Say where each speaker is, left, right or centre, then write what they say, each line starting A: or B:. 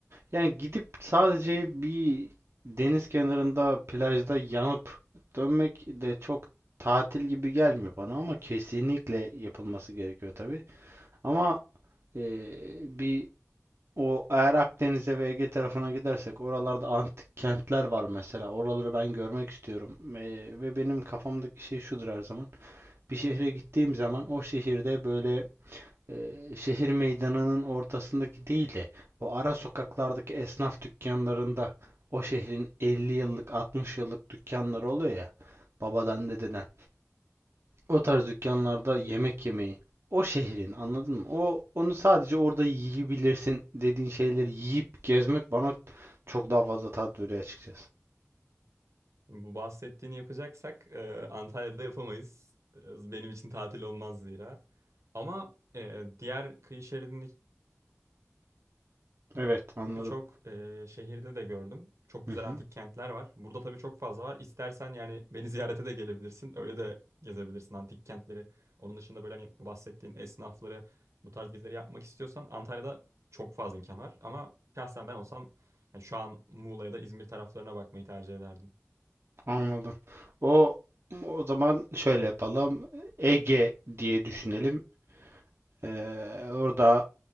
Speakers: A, on the right (about 60°); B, on the right (about 80°).
A: Yani gidip sadece bir deniz kenarında plajda yanıp dönmek de çok tatil gibi gelmiyor bana ama kesinlikle yapılması gerekiyor tabii. Ama eee, bir o eğer Akdeniz'e ve Ege tarafına gidersek oralarda antik kentler var mesela. Oraları ben görmek istiyorum. Eee, ve benim kafamdaki şey şudur her zaman. Bir şehre gittiğim zaman o şehirde böyle e, şehir meydanının ortasındaki değil de o ara sokaklardaki esnaf dükkanlarında o şehrin 50 yıllık 60 yıllık dükkanları oluyor ya babadan dededen. O tarz dükkanlarda yemek yemeyi o şehrin anladın mı? O onu sadece orada yiyebilirsin dediğin şeyleri yiyip gezmek bana çok daha fazla tat veriyor açıkçası.
B: Bu bahsettiğini yapacaksak e, Antalya'da yapamayız. E, Benim için tatil olmaz zira. Ama e, diğer kıyı şeridindeki
A: Evet anladım.
B: Birçok e, şehirde de gördüm. Çok
A: Hı
B: güzel
A: hı,
B: antik kentler var. Burada tabii çok fazla var. İstersen yani beni ziyarete de gelebilirsin. Öyle de gezebilirsin antik kentleri. Onun dışında böyle hani bu bahsettiğin esnafları, bu tarz gezileri yapmak istiyorsan Antalya'da çok fazla imkan var. Ama şahsen ben olsam yani şu an Muğla ya da İzmir taraflarına bakmayı tercih ederdim.
A: anladım. O o zaman şöyle yapalım. Ege diye düşünelim. Ee, orada